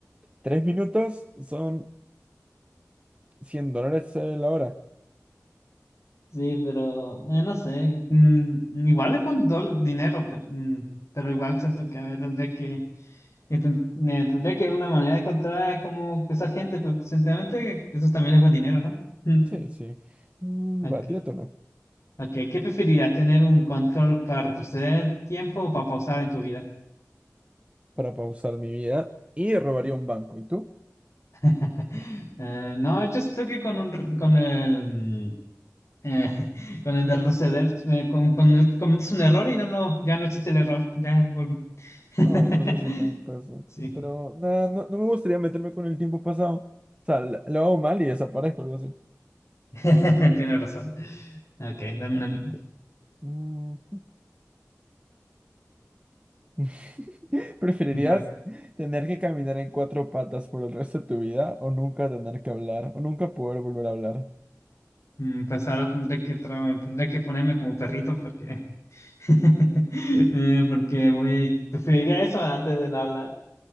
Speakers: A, on the right; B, on the left.
A: 3 minutos. Son 100 dólares eh, la hora.
B: Sí, pero eh, no sé, mm, igual es faltó dol dinero, pero, mm, pero igual siento que me tendría que, que ten- me tendría que una manera de encontrar cómo pesar gente, pero sinceramente eso también es buen dinero, ¿no? Mm,
A: Sí, sí. Mm,
B: Ok,
A: va, tírate uno.
B: ok, ¿qué preferirías? ¿Tener un control para retroceder el tiempo o para pausar en tu vida?
A: Para pausar mi vida. Y robaría
B: Sí.
A: un banco. ¿Y tú?
B: <laughs> Eh, no, yo estoy que con un, r- con el eh, <laughs> con el de retroceder, eh, con- cuando cometes un error y no lo, ya no existe el error, ya volví. <laughs>
A: Oh, no sé si también puede ser.
B: Sí,
A: Pero nah, no, no me gustaría meterme con el tiempo pasado. O sea, la- lo hago mal y desaparezco, algo así.
B: <laughs> tienes razón. Ok, dame
A: Ah,
B: una. a mí.
A: ujú. <laughs> ¿Preferirías
B: A ver,
A: tener que caminar en cuatro patas por el resto de tu vida o nunca tener que hablar o nunca poder volver a hablar?
B: mm, pues ahora tendré que, tra- tendré que ponerme como perrito porque. <laughs> Eh, porque voy. Preferiría eso antes de no hablar.